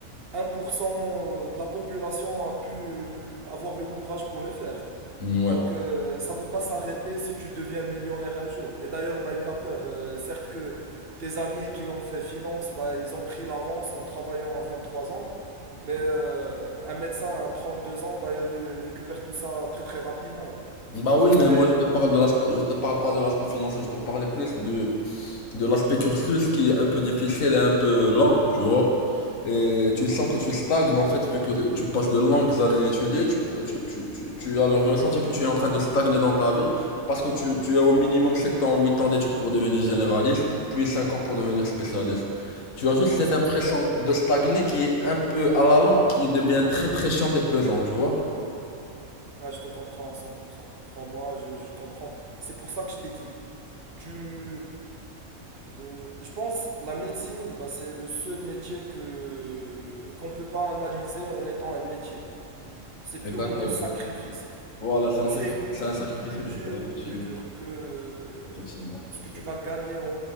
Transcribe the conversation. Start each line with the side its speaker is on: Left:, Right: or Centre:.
Right: un pour cent euh, de la population a pu avoir le courage pour le faire.
Left: Ouais.
Right: Donc euh, ça peut pas s'arrêter si tu deviens millionnaire un jour. Et d'ailleurs, n'aie pas peur. Euh, certes que tes amis qui ont fait finance, bah, ils ont pris l'avance en travaillant à 23 ans. Mais euh, un médecin à 32 ans, bah, il ré- récupère tout ça très très rapidement.
Left: Bah oui, mais
Right: Mais
Left: moi
Right: euh,
Left: je te parle de l'aspect, je te parle pas de l'aspect financier, je te parlais plus de, de l'aspect cursus qui est un peu difficile et un peu lent, tu vois. Et tu sens que tu stagnes en fait, vu que tu passes de longues années à étudier, tu, tu, tu, tu, tu as le ressenti que tu es en train de stagner dans ta vie, parce que tu, tu as au minimum 7 ans, 8 ans d'études pour devenir généraliste, puis 5 ans pour devenir spécialiste. Tu as juste cette
Right: exactement.
Left: impression de stagner qui est un peu à la langue, qui devient très très chiante et pesante, tu vois.
Right: Ah, je te comprends à 100%. Crois-moi, je, je comprends. C'est pour ça que je t'ai dit. Tu, euh, je pense la médecine, bah, c'est le seul métier que qu'on peut pas analyser en étant un métier. C'est purement
Left: Exactement.
Right: un sacrifice.
Left: Voilà, c'est un
Right: C'est
Left: sacr-
Right: beaucoup
Left: c'est un sacrifice
Right: plus
Left: que tu
Right: dur,
Left: fais, effectivement.
Right: plus dur que
Left: Effectivement, effectivement.
Right: ce que tu vas gagner en,